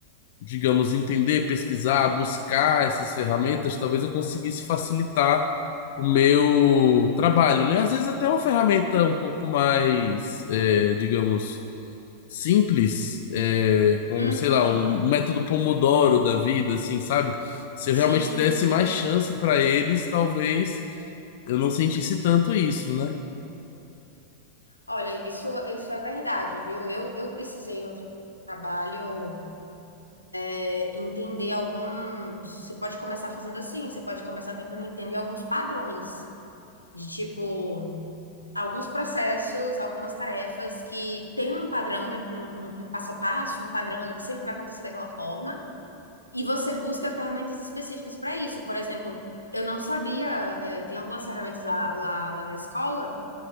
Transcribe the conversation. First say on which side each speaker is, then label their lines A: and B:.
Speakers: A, on the left; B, on the left.
A: digamos, entender, pesquisar, buscar essas ferramentas, talvez eu conseguisse facilitar o meu trabalho, né? Às vezes até uma ferramenta um pouco mais, é, digamos, simples, é, como,
B: uhum,
A: sei lá, um método Pomodoro da vida, assim, sabe? Se eu
B: sim.
A: realmente desse mais chance para eles, talvez eu não sentisse tanto isso, né?
B: Olha, isso, isso é verdade, viu? Eu, eu precisei no tra- trabalho é, entender alguns. Você pode começar fazendo assim, você pode começar tentando entender alguns padrões, de tipo, alguns processos, algumas tarefas que tem um padrão, de- um, um- um passo a passo, um padrão ali que sempre vai acontecer daquela forma, e você busca ferramentas específicas para isso. Por exemplo, eu não sabia, é, tem algumas ferramentas lá, lá, lá na escola